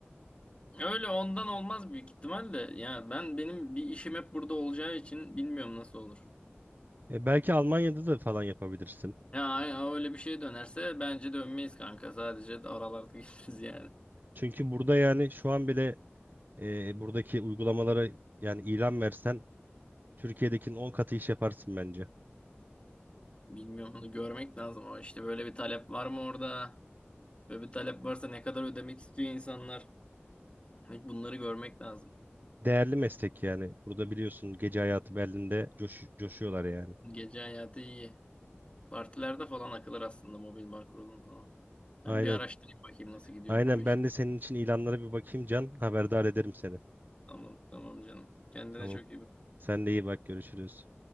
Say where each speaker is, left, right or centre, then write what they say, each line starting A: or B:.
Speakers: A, on the left; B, on the right.
A: Öyle ondan olmaz büyük ihtimalle. Ya ben benim bir işim hep burada olacağı için bilmiyorum nasıl olur.
B: E belki Almanya'da da falan yapabilirsin.
A: Ya ay- ay öyle bir şey dönerse bence dönmeyiz kanka. Sadece de aralarda <laughs> geliriz yani.
B: Çünkü burada yani şu an bile e, buradaki uygulamalara yani ilan versen Türkiye'dekinin 10 katı iş yaparsın bence.
A: Bilmiyorum onu görmek lazım ama işte böyle bir talep var mı orada? Böyle bir talep varsa ne kadar ödemek istiyor insanlar? Hani Bunları görmek lazım.
B: Değerli meslek yani. Burada biliyorsun gece hayatı Berlin'de coş, coşuyorlar yani.
A: Gece hayatı iyi. Partilerde falan akılır aslında mobil bar kurulum falan. Ben
B: Aynen.
A: bir araştırayım bakayım nasıl gidiyormuş
B: Aynen
A: o iş.
B: ben de senin için ilanlara bir bakayım Can. Haberdar ederim seni.
A: Tamam tamam canım. Kendine
B: Tamam.
A: çok iyi bak.
B: Sen de iyi bak görüşürüz.